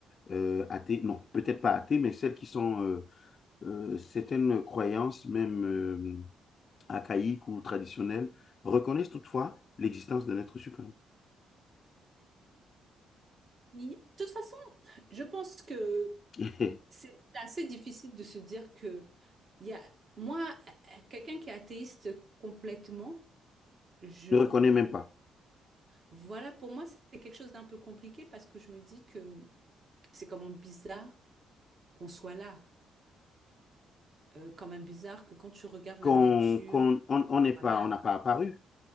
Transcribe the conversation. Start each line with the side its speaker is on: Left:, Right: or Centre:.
Left: euh, athées, non, peut-être pas athées, mais celles qui sont euh, euh, certaines croyances, même euh, archaïques ou traditionnelles, reconnaissent toutefois l'existence d'un être suprême.
Right: De toute façon, je pense que
Left: <laughs>
Right: C'est assez difficile de se dire que il y a moi euh, quelqu'un qui est athéiste complètement je
Left: ne reconnaît même pas.
Right: voilà pour moi c'est quelque chose d'un peu compliqué parce que je me dis que c'est quand même bizarre qu'on soit là Euh, quand même bizarre que quand tu regardes
Left: Qu'on,
Right: la nature
Left: qu'on, on on n'est pas,
Right: voilà
Left: on n'a pas apparu